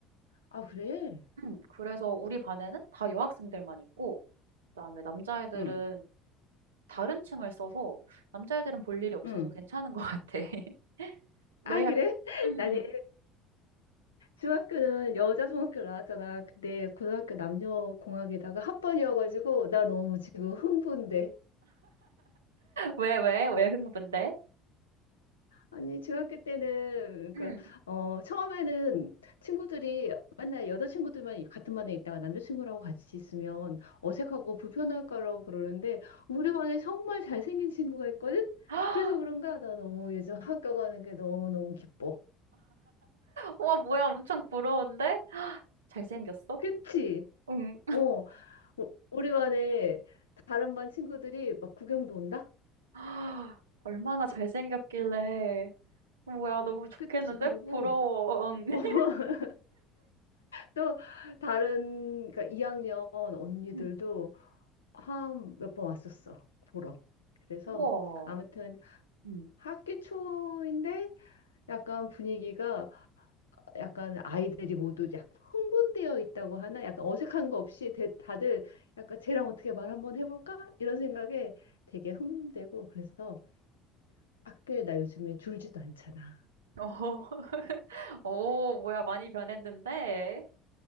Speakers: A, on the left (about 75°); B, on the right (about 75°).
A: 아, 그래?
B: 음, 그래서 우리 반에는 다 여학생들만 있고, 그다음에 남자애들은
A: 응,
B: 다른 층을 써서, 남자애들은 볼 일이 없어서
A: 응.
B: 괜찮은 것 같아. <laughs> 너희
A: 아, 그래?
B: 학,
A: <laughs>
B: 음, <laughs>
A: 나는 중학교는 여자 중학교 나왔잖아. 근데 고등학교 남녀 공학에다가 합반이어가지고 나 너무 지금 흥분돼.
B: 왜, 왜, 왜 흥분돼?
A: 아니, 중학교 때는,
B: 음.
A: 그니까 어, 처음에는 친구들이 맨날 여자친구들만 같은 반에 있다가 남자친구라고 같이 있으면 어색하고
B: 음.
A: 불편할 거라고 그러는데, 우리 반에 정말 잘생긴 친구가 있거든?
B: <laughs>
A: 그래서 그런가? 나 너무 요즘 학교 가는 게 너무너무 기뻐.
B: 와, 뭐야, 엄청 부러운데? 잘생겼어?
A: 그치?
B: 응.
A: 어, 우- 우리 반에 다른 반 친구들이 막 구경도 온다?
B: 아, 얼마나 잘생겼길래. 뭐야, 너무 좋겠는데?
A: 그치? 그리고
B: 부러워. <laughs>
A: <laughs> 또 다른, 그러니까 2학년 언니들도
B: 응.
A: 한 몇 번 왔었어 보러. 그래서
B: 우와.
A: 아무튼
B: 응
A: 학기 초인데 약간 분위기가 약간 아이들이 모두 약간 흥분되어 있다고 하나 약간 어색한 거 없이 대- 다들 약간 쟤랑 어떻게 말 한번 해볼까 이런 생각에 되게 흥분되고 그래서 학교에 나 요즘에 줄지도 않잖아.
B: 어, <laughs> 오, 뭐야, 많이 변했는데?